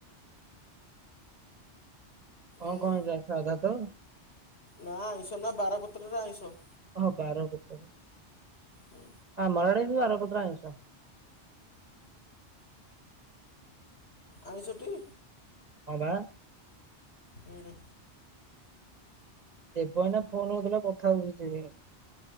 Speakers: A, on the right (about 40°); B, on the left (about 65°).
A: କଣ
B: ଆଉ
A: କଣ ହେଇଥିଲା ସାଧା ତ।
B: ନା ଆଇଁଷ ନା ବାରପତ୍ରରେ ଆଇଁଷ।
A: ହଁ ବାରପତ୍ର।
B: ହୁଁ।
A: ହଁ ଆମର ଆଡେ ବି ବାରପତ୍ର ଆଇଁଷ।
B: ଆଇଁଷଟି।
A: ହଁ ବା।
B: ହୁଁ।
A: ଏବେ ଆମେ ଫୋନରେ ଯେତେବେଳେ କଥା ହଉଚେ,